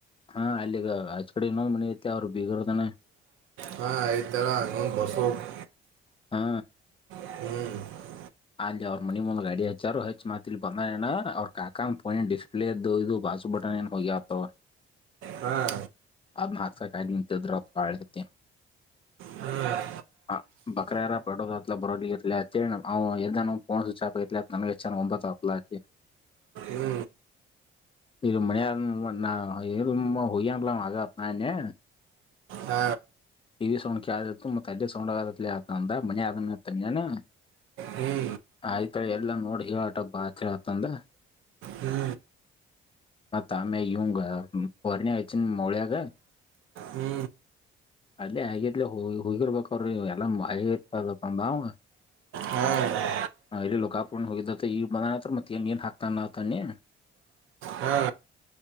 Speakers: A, on the left (about 25°); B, on the right (about 85°).
A: ಹ ಅಲ್ಲಿಗ ಅಚ್ಚಿಕಡೆ ಇನ್ನೊಂದ್ ಮನಿಐತೆ ಅವ್ರು ಬೀಗರ್ದನ.
B: ಹ ಐತ್ತಾಳ. ಹು ಬಸು ಅಂತ.
A: ಹಾ
B: ಹು
A: ಅಲ್ಲಿ ಅವರ ಮನಿ ಮುಂದ ಗಾಡಿ ಹಚ್ಚಾರೊ ಹಚ್ಚಿ ಮತ್ತಿಲ್ಲಿ ಬಂದಾಎನ ಅವರ ಕಾಕಾ ಪೋಯಂಡಿಸ. ಪ್ಲೆಟ್ ದದು ಭಾಜು ಬಟ್ಟನ್ ಎನ ಹೋಗ್ಯವಂತ ತೊ.
B: ಹ
A: ಅದ ಹಾಕ್ಸಕಾಗಿ ನಿಂತಿದ್ರಪಾಳಡತಿ.
B: ಹ್ಮ್
A: ಅ ಬಕರ್ಯಾರ ಪಡೋದತ್ಲ ಬರೋಲಿ ಗಿಲ್ಲತ್ತೇಳ. ಅವ ಎದ್ದಾನೋ ಫೋನ್ ಸ್ವೀಚ್ ಆಫ್ ಆಗೇತ್ಲ ನನಗ ಹಾಚ್ಚಾನವಾ ಒಂಬತ್ತು ಸಪ ಸತಿ.
B: ಹು
A: ಇದು ಮನ್ಯಾಗ ಇರುಬಹೋಗ್ಯಾನಲ್ಲ ಆಗ ನಾ ಅಂದ್ನಾ.
B: ಹ
A: ಟಿವಿ ಸೌಂಡ್ ಕೇಳಾತ್ತಿತ್ತು ಮತ್ತ ಅಲ್ಲಿ ಸೌಂಡ್ ಆಗತಿಲೆ ಅಂದ ಮನ್ಯಾಗ ಅದನಾ ಅಂತ ಅಂದೇ ನಾನ.
B: ಹು
A: ಆಯತೊ ಎಲ್ಲಾ ನೋಡಿ ಹೇಳಟ ಬಾ ಆತ್ ಆತಂದ.
B: ಹು
A: ಮತ್ತ ಆಮೇಲೆ ಇವಂಗ ಫೋನ್ಯಾಗ ಹಚ್ಚೇನ ಮೌಳ್ಯಾಗ.
B: ಹು
A: ಅಲ್ಲೇ ಆಗೆತ್ಲೆ ಹೊಗಿರ್ಬೇಕಅವರು ಎಲ್ಲಾ ಆಗಿರ್ಬೇಕ ತಂದಾ ಅವಾ.
B: ಹಾ
A: ಹ ಇಲ್ಲಿ ಲೋಕಾಪುರದಿಂದ ಹೋಗಿದ್ದಂತ ಈಗ ಬಂದಾನಂದ್ರ ಮತ್ತ ಏನ್ ಏನ್ ಹಾಕತಾನತನ್ನಿ.
B: ಹ